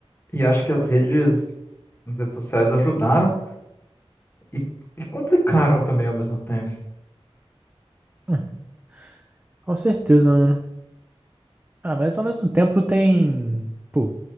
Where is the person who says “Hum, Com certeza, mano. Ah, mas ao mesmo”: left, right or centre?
Right